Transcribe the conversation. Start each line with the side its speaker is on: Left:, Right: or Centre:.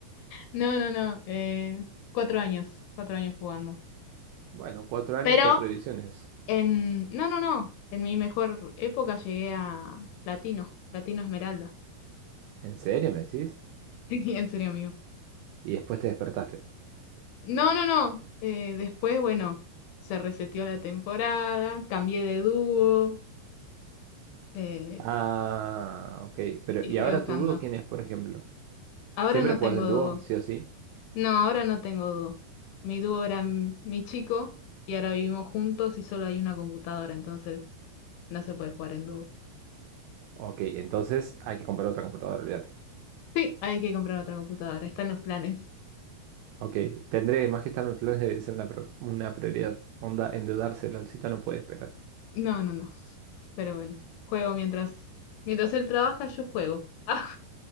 Left: No, no, no. Eh, cuatro años, cuatro años jugando.
Right: Bueno, 4 años,
Left: Pero
Right: 4 ediciones.
Left: en... No, no, no. En mi mejor época llegué a platino, platino esmeralda.
Right: ¿En serio, me decís?
Left: <laughs> En serio, amigo.
Right: Y después te despertaste.
Left: No, no, no. Eh, después, bueno, se reseteó la temporada, cambié de dúo eh,
Right: Ah, ok. Pero,
Left: y
Right: ¿y
Left: fui
Right: ahora
Left: bajando.
Right: tu dúo quién es, por ejemplo?
Left: Ahora
Right: ¿Siempre
Left: no
Right: jugás
Left: tengo
Right: en dúo,
Left: dúo.
Right: sí o sí?
Left: No, ahora no tengo dúo. Mi dúo era m- mi chico y ahora vivimos juntos y solo hay una computadora, entonces no se puede jugar en dúo.
Right: Ok, entonces hay que comprar otra computadora, olvídate.
Left: Sí, hay que comprar otra computadora, está en los planes.
Right: Ok, tendré más que estar en los planes debe ser una, pro- una prioridad. Onda, endeudarse, LOLcito no puede esperar.
Left: No, no, no. Pero bueno, juego mientras, mientras él trabaja, yo juego. <laughs> Ah,